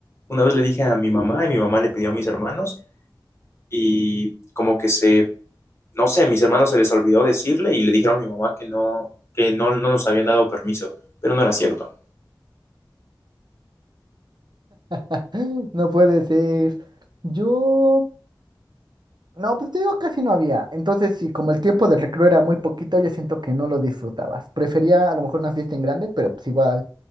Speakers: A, on the left (about 35°); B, on the right (about 65°).
A: Una vez le dije a mi mamá y mi mamá le pidió a mis hermanos y como que se, no sé, a mis hermanos se les olvidó decirle y le dijeron a mi mamá que no, que no, no nos habían dado permiso, pero no era cierto.
B: <laughs> No puede ser. Yo, no, pues te digo, casi no había. Entonces, sí, como el tiempo de recreo era muy poquito, yo siento que no lo disfrutabas. Prefería a lo mejor una fiesta en grande, pero pues igual